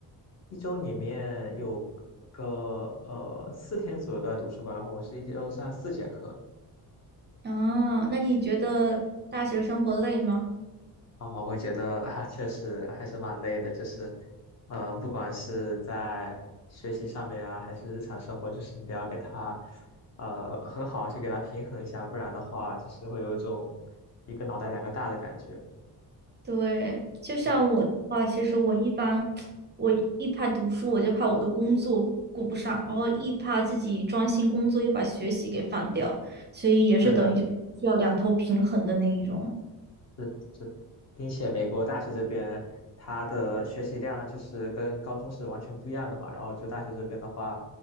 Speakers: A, on the left; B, on the right.
A: 一周里面有个呃四天左右都在读书吧，然后我是一周上四节课，
B: 啊，那你觉得大学生活累吗？
A: 啊，我觉得啊，确实还是蛮累的，就是，呃，不管是在学习上面啊，还是日常生活，就是你都要给他，呃，很好去给他平衡一下，不然的话，就是会有一种一个脑袋两个大的感觉。
B: 对，就像我的话，
A: <laughs>
B: 其实我一般，我一怕读书，我就怕我的工作顾不上，然后一怕自己专心工作又把学习给放掉，所以也是等于就需要两头平衡的那一种。
A: 是的，是是，并且美国大学这边它的学习量就是跟高中是完全不一样的嘛。然后就大学这边的话，